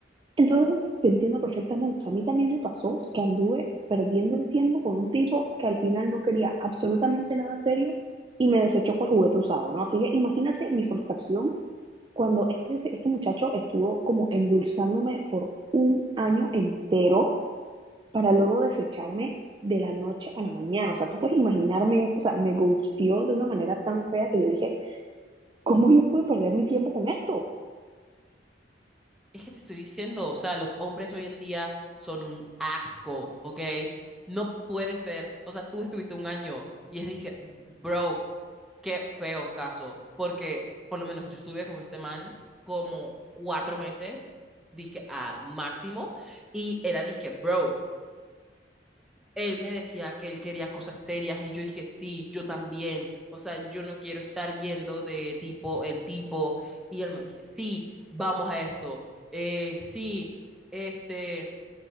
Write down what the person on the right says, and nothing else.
Entonces te entiendo perfectamente. O sea, a mí también me pasó que anduve perdiendo el tiempo con un tipo que al final no quería absolutamente nada serio y me desechó con el juguete usado, ¿no? Así que imagínate mi frustración cuando este, este muchacho estuvo como endulzándome por un año entero para luego desecharme de la noche a la mañana. O sea, tú puedes imaginarme esto, o sea, me gustió de una manera tan fea que yo dije, ¿Cómo yo pude perder mi tiempo con esto?